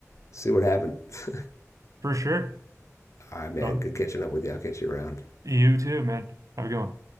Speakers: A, on the left; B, on the right.
A: see what happened. <laughs>
B: for sure.
A: All right, man.
B: Well,
A: Good catching up with you. I'll catch you around.
B: You too, man. Have a good one.